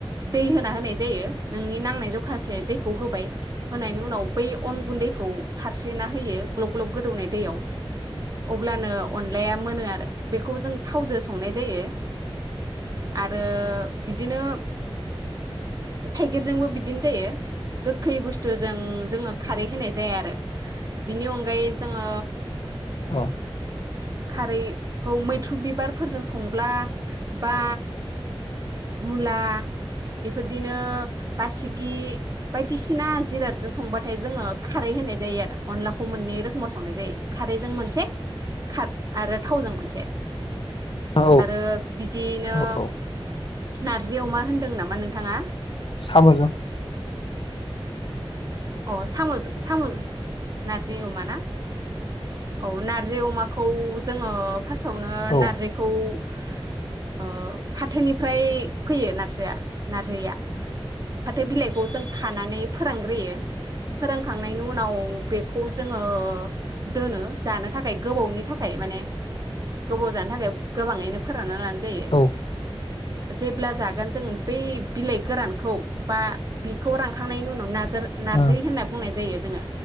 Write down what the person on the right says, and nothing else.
दै होना होनाय जायो नोंनि नांनाय जखासे दैखौ होब बाय होनायनि उनाव बै अनगुन्दैखौ सारस्रिना होयो ग्लब ग्लब गोदौनाय दैयाव। अब्लानो अनलाया मोनो आरो बेखौ जों थावजो संनाय जायो आरो बिदिनो थाइगिरजोंबो बिदिनो जायो गोखै बुस्थुजों जोङो। खारै होनाय जाया आरो बिनि अनगायै जोङो
खारैखौ मैथ्रु बिबारफोरजों संब्ला बा मुला बेफोरदिनो बासिगि बायदिसिना जिरादजों संबाथाय जोङो खारै होनाय जायो आरो अनलाखौ मोननै रोखोमाव संनाय जायो खारैजों मोनसे खार आरो थावजों मोनसे
आरो बिदियैनो
नारजि अमा होनदों नामा नोंथाङा?
अ सामुजों साम नारजि अमा ना औ नारजि अमाखौ जोङो फार्स्टानो
नारजिखौ ओ फाथोनिफ्राय फैयो नारजिया नारजैया फाथो बिलाइखौ जों खानानै फोरानग्रोयो। फोरानखांनायनि उनाव बेखौ जोङो दोनो जानो थाखाय गोबावनि थाखाय माने गोबाव जानो थाखाय गोबाङैनो फोरानना लानाय जायो
जेब्ला जागोन जों बै बिलाइ गोरानखौ बा बिखौ रानखांनायनि उनाव नाजों
नारजै होनना बुंनाय जायो जोङो